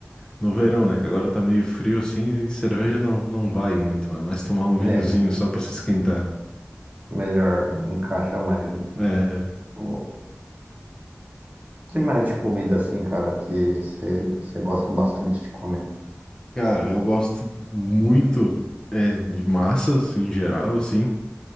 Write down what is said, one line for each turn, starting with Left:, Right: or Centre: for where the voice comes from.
Left: No verão, né? Que agora tá meio frio assim, e cerveja não, não vai muito, é mais tomar um vinhozinho
Right: É,
Left: só pra se esquentar.
Right: melhor, encaixa mais, né?
Left: É, é.
Right: O que mais de comida assim, cara, que você gosta bastante de comer?
Left: Cara, eu gosto muito é, de massas em geral, assim,